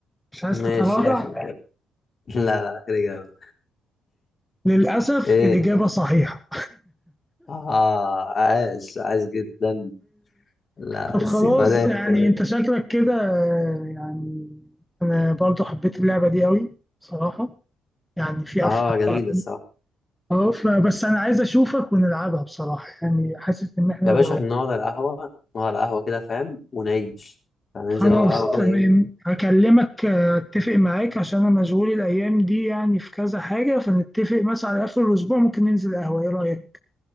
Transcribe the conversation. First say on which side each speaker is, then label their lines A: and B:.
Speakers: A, in the centre; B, on the left.
A: مش عايز
B: ماشي
A: تتراجع
B: اخر اجابه <laughs> لا لا اخر اجابه
A: للأسف
B: ايه
A: الإجابة صحيحة
B: اه عاش عاش جدا لا
A: طب
B: بس
A: خلاص
B: جمدان
A: يعني
B: جمدان
A: أنت شكلك كده آه، يعني أنا برضو حبيت اللعبة دي أوي بصراحة يعني في
B: اه
A: أفكار
B: جميل الصراحه
A: اه فبس انا عايز اشوفك ونلعبها بصراحة يعني حاسس ان احنا
B: يا
A: لو
B: باشا هنقعد على القهوه نقعد على القهوه كده فاهم ونعيش هننزل
A: خلاص
B: نقعد على القهوه كده
A: تمام
B: يوم
A: هكلمك آه، اتفق معاك عشان انا مشغول الايام دي يعني في كذا حاجة فنتفق مثلا على اخر الاسبوع ممكن ننزل قهوة ايه رأيك